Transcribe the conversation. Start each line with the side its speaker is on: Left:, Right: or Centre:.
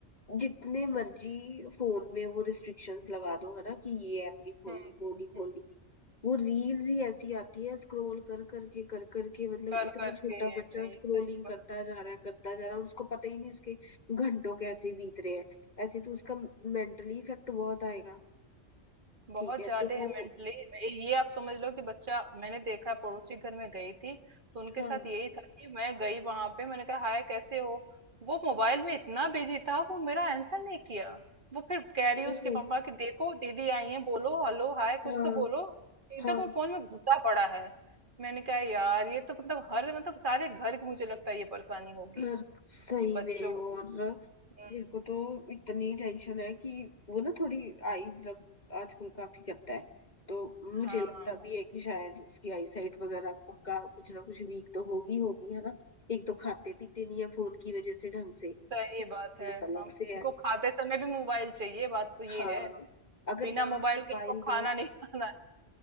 Left: जितने मर्जी फोन में वो रिस्ट्रिक्शंस लगा दो है ना कि ये ऐप नहीं खोलनी
Right: हुँ,
Left: वो
Right: हुँ,
Left: नहीं खोलनी
Right: हुँ।
Left: वो रील्स ही ऐसी आती है स्क्रॉल कर करके कर करके मतलब
Right: कर,
Left: इतना
Right: कर
Left: छोटा
Right: के ये
Left: बच्चा
Right: भाई
Left: स्क्रोलिंग
Right: सही बात
Left: करता
Right: है।
Left: जा रहा है करता जा रहा है उसको पता ही नहीं उसके घंटों कैसे बीत रहे हैं ऐसे तो उसका मेंटली इफेक्ट बहुत आएगा
Right: बहुत
Left: ठीक है
Right: ज़्यादा
Left: तो
Right: है
Left: वो
Right: मेंटली ये ये आप समझ लो कि बच्चा मैंने देखा है पड़ोसी घर में गई थी, तो उनके
Left: हाँ
Right: साथ यही था कि मैं गई वहाँ पे मैंने कहा हाय कैसे हो? वो मोबाइल में इतना बिज़ी था वो मेरा आंसर नहीं किया। वो फिर कह रही
Left: ओ
Right: है उसकी मम्मा कि देखो दीदी आई हैं बोलो हेलो हाय कुछ
Left: हाँ
Right: तो बोलो। एकदम
Left: हाँ
Right: वो फ़ोन में घुसा पड़ा है। मैंने कहा यार ये तो मतलब हर मतलब सारे घर की मुझे लगता है ये परेशानी होगी,
Left: यार सही
Right: कि बच्चों
Left: में और
Right: हुँ।
Left: मेरे को तो इतनी टेंशन है कि वो ना थोड़ी आईज रब आजकल काफी करता है तो मुझे
Right: हाँ।
Left: लगता
Right: हाँ।
Left: भी है कि शायद उसकी आई साइट वगैरह पक्का कुछ ना कुछ वीक तो होगी होगी है ना एक तो खाते पीते नहीं है फोन की वजह से ढंग से तो
Right: सही
Left: weakness
Right: बात है
Left: अलग
Right: हम
Left: से
Right: इनको
Left: है
Right: खाते समय भी मोबाइल चाहिए बात तो ये
Left: हाँ
Right: है
Left: अगर
Right: बिना
Left: ना
Right: मोबाइल
Left: मोबाइल
Right: के इनको खाना
Left: दो
Right: नहीं <laughs> खाना है